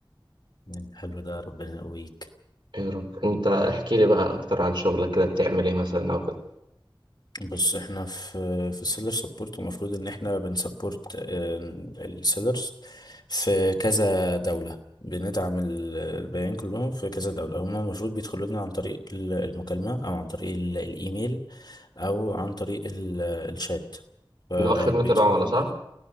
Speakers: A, on the left (about 55°); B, on the right (about 65°).
A: يعني حلو ده ربنا يقويك
B: يا رب انت احكي لي بقى اكتر عن شغلك كده بتعمل ايه مثلا او كده
A: بص احنا في في السيلر سبورت المفروض ان احنا بنسبورت السيلرز في كذا دولة بندعم ال- البياعين كلهم في كذا دولة هما المفروض بيدخلوا لنا عن طريق ال- المكالمة او عن طريق ال- الايميل او عن طريق ال- الشات فبيدخلوا
B: اللي هو خدمة العملاء
A: لنا
B: صح؟